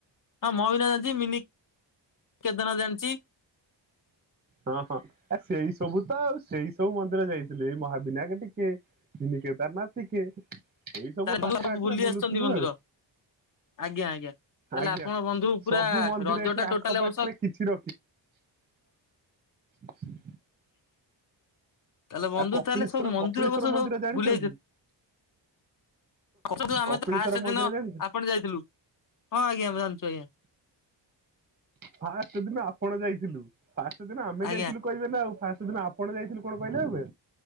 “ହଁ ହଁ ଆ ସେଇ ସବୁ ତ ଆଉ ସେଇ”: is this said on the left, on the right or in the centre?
Right